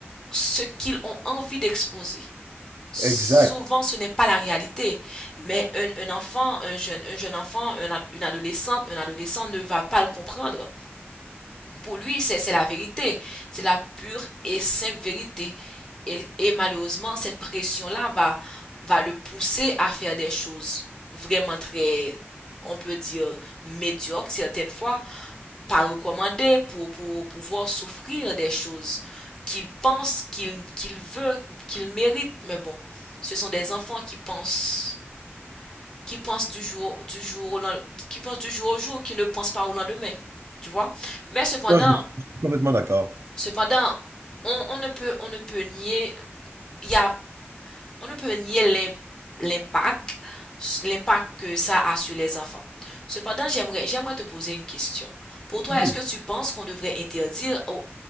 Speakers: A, on the left (about 15°); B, on the right (about 80°).
A: ce qu'ils ont envie d'exposer. Souvent,
B: Exact.
A: ce n'est pas la réalité, mais un, un enfant, un jeune, un jeune enfant, un une adolescente, un adolescent ne va pas le comprendre. Pour lui, c'est c'est la vérité, c'est la pure et simple vérité. Et, et malheureusement, cette pression-là va, va le pousser à faire des choses vraiment très, on peut dire, médiocres certaines fois, pas recommandé pour, pour pouvoir s'offrir des choses qu'ils pensent, qu'ils qu'ils veulent, qu'ils méritent. Mais bon, ce sont des enfants qui pensent, qui pensent du jour, du jour au lendemain, qui pensent du jour au jour, qui ne pensent pas au lendemain. Tu vois? Mais cependant,
B: Non, je suis je suis complètement d'accord.
A: cependant, on, on ne peut, on ne peut nier, il y a, on ne peut nier l'impact, l'impact que ça a sur les enfants. Cependant, j'aimerais, j'aimerais te poser une question. Pour toi,
B: Oui.
A: est-ce que tu penses qu'on devrait interdire au-